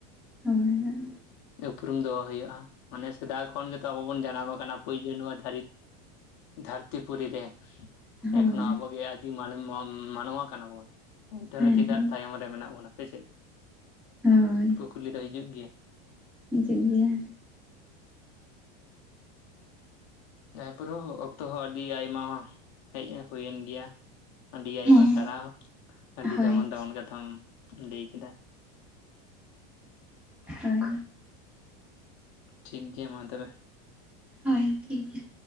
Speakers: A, in the centre; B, on the left (about 45°).
A: ᱦᱳᱭ ᱦᱳᱭ
B: ᱩᱯᱨᱩᱢ ᱫᱚᱦᱚ ᱦᱩᱭᱩᱜᱼᱟ, ᱢᱟᱱᱮ ᱥᱮᱫᱟᱭ ᱠᱷᱚᱱ ᱜᱮᱛᱚ ᱟᱵᱚ ᱵᱚᱱ ᱡᱟᱱᱟᱢ ᱟᱠᱟᱱᱟ ᱯᱳᱭᱞᱳ ᱱᱚᱣᱟ <inaudible> ᱫᱷᱟᱹᱨᱛᱤ ᱯᱩᱨᱤ ᱨᱮ,
A: ᱦᱳᱭ
B: ᱮᱠᱷᱚᱱᱳ ᱟᱵᱚ ᱜᱮ ᱟᱹᱫᱤ ᱢᱟᱱ ᱢᱟᱱᱣᱟ ᱠᱟᱱᱟ ᱵᱚᱱ᱾ ᱮᱱᱛᱮ
A: ᱦᱮᱸ
B: ᱨᱮᱸᱦᱚ ᱪᱮᱫᱟᱜ
A: ᱦᱮᱸ
B: ᱛᱟᱭᱚᱢ ᱨᱮ ᱢᱮᱱᱟᱜ ᱵᱚᱱᱟ ᱥᱮ ᱪᱮᱫ,
A: ᱦᱳᱭ
B: ᱠᱩᱠᱞᱤ ᱫᱚ ᱦᱤᱡᱩᱜ ᱜᱮᱭᱟ᱾
A: ᱦᱤᱡᱩᱜ ᱜᱮᱭᱟ᱾
B: <unintelligible> ᱚᱠᱛᱚ ᱦᱚᱸ ᱟᱹᱰᱤ ᱟᱭᱢᱟ ᱦᱮᱡ ᱦᱩᱭᱮᱱ ᱜᱮᱭᱟ᱾ ᱟᱹᱰᱤ ᱟᱭᱢᱟ
A: ᱦᱮᱸ
B: ᱥᱟᱨᱦᱟᱣ᱾ ᱟᱹᱰᱤ
A: ᱦᱳᱭ
B: ᱫᱟᱢᱟᱱ ᱫᱟᱢᱟᱱ ᱠᱟᱛᱷᱟᱢ ᱞᱟᱹᱭ ᱠᱮᱫᱟ᱾
A: ᱦᱳᱭ᱾
B: ᱴᱷᱤᱠ ᱜᱮᱭᱟ ᱢᱟ ᱛᱚᱵᱮ᱾
A: ᱦᱳᱭ ᱴᱷᱤᱠ ᱜᱮᱭᱟ᱾